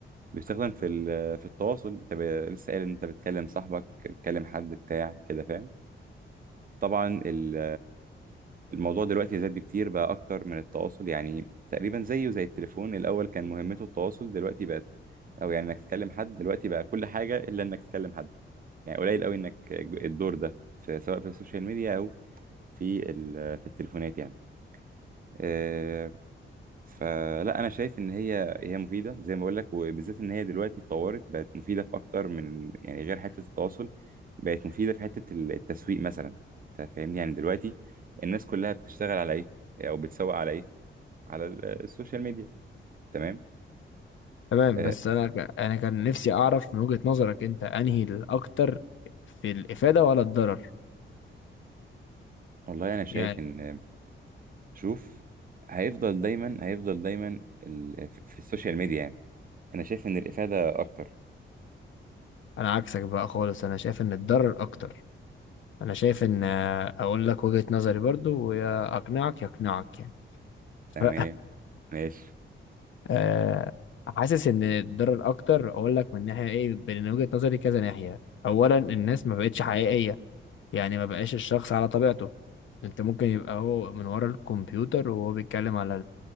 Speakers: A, on the right; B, on the left.
A: بيستخدم في ال- في التواصل أنت ب- لسه قايل إن أنت بتكلم صاحبك بتكلم حد بتاع كده فاهم؟ طبعا ال- الموضوع دلوقتي زاد بكتير بقى أكتر من التواصل يعني تقريبا زيه زي التليفون الأول كان مهمته التواصل دلوقتي بقت أو يعني إنك تكلم حد دلوقتي بقى كل حاجة إلا إنك تكلم حد يعني قليل قوي إنك الدور ده في سواء في السوشيال ميديا أو في ال- في التليفونات يعني آه، فلا انا شايف ان هي هي مفيده زي ما بقول لك وبالذات ان هي دلوقتي اتطورت بقت مفيده في اكتر من يعني غير حته التواصل بقت مفيده في حته ال- التسويق مثلا انت فاهمني يعني دلوقتي الناس كلها بتشتغل على ايه او بتسوق على ايه على ال- السوشيال ميديا تمام
B: تمام
A: أه
B: بس انا ك- انا كان نفسي اعرف من وجهة نظرك انت انهي الاكتر في الافادة ولا الضرر
A: والله انا شايف
B: يعني
A: ان شوف هيفضل دايما هيفضل دايما ال- في في السوشيال ميديا يعني انا شايف ان الافاده اكتر
B: انا عكسك بقى خالص انا شايف ان الضرر اكتر انا شايف ان آه، اقول لك وجهة نظري برضو ويا اقنعك يقنعك يعني <laughs>
A: تمام
B: ف-
A: ماشي
B: آه، حاسس ان الضرر اكتر اقول لك من ناحية ايه من وجهة نظري كذا ناحية اولا الناس ما بقتش حقيقية يعني ما بقاش الشخص على طبيعته انت ممكن يبقى هو من ورا الكمبيوتر وهو بيتكلم على